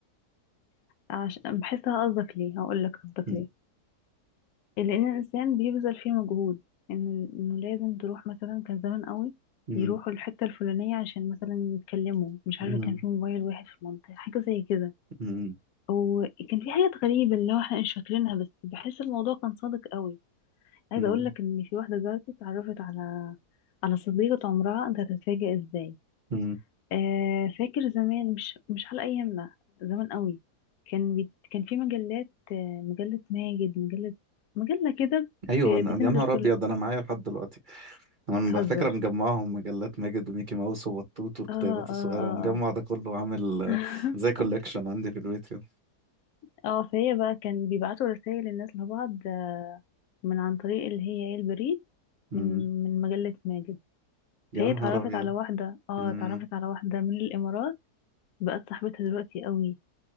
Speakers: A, on the left (about 70°); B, on the right (about 40°).
A: عشان بحسها قصدك ليه هقولك قصدك
B: مم.
A: ليه لان الانسان بيبذل فيه مجهود ان انه لازم تروح مثلا كان زمان قوي
B: مم.
A: يروحوا الحتة الفلانية عشان مثلا يتكلموا مش
B: مم.
A: عارفة كان في موبايل واحد في المنطقة حاجة زي كده
B: مم.
A: وكان في حاجات غريبة اللي هو احنا مش فاكرينها بس بحس الموضوع كان صادق قوي عايزه
B: مم.
A: اقول لك ان في واحده دلوقتي اتعرفت على على صديقه عمرها انت هتتفاجئ ازاي
B: مم.
A: آه فاكر زمان مش مش على ايامنا زمان قوي كان بي... كان في مجلات آه، مجله ماجد مجله مجله كده
B: أيوه
A: بت-
B: أنا
A: بتنزل
B: يا نهار أبيض
A: كل
B: أنا معايا لحد دلوقتي أنا
A: بتهزر
B: فاكرة مجمعهم مجلات ماجد وميكي ماوس وبطوط والكتيبات
A: اه
B: الصغيرة
A: اه اه
B: مجمع ده كله عامل آه،
A: اه
B: زي كولكشن عندي في البيت كده
A: <laughs> اه فهي بقى كان بيبعتوا رسائل الناس لبعض آه، من عن طريق اللي هي ايه البريد
B: مم.
A: من من مجله ماجد
B: يا
A: فهي
B: نهار
A: اتعرفت
B: أبيض
A: على واحده اه
B: مم.
A: اتعرفت على واحده من الامارات بقت صاحبتها دلوقتي قوي